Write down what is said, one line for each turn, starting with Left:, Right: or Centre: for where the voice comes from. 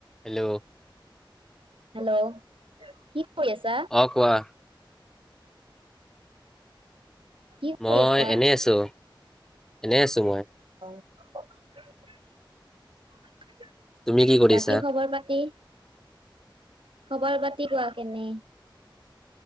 Centre: Hello
Right: hello. কি কৰি আছা
Centre: অ', কোৱা।
Right: কি
Centre: মই
Right: কৰি আছা
Centre: এনে আছো, এনে আছো মই।
Right: <unintelligible>
Centre: তুমি কি কৰিছা
Right: বাকী খবৰ পাতি। খবৰ পাতি কোৱা কেনে?